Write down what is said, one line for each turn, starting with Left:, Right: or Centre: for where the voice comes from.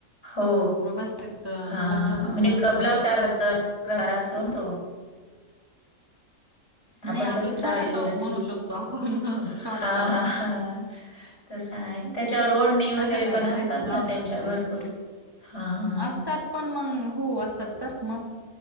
Left: हो
Right: व्यवस्थित
Left: हा
Right: मोठ
Left: म्हणजे
Right: असत
Left: ब्लाऊज
Right: ते
Left: साराच <unintelligible> प्रहारा असतो ना तो आपण
Right: नाही आपला
Left: कसं साडीवरती
Right: छोटा टॉप म्हणू शकतो आपण
Left: हा
Right: शॉर्ट टॉप
Left: ह ह तस आहे त्याच्यावर ओडणी वगैरे
Right: तशा टाईप
Left: पण असतात
Right: त्यांचं ब्लाउज
Left: ना त्यांच्या
Right: असते
Left: भरपूर हा हा
Right: असतात पण मग हो असतात तर मग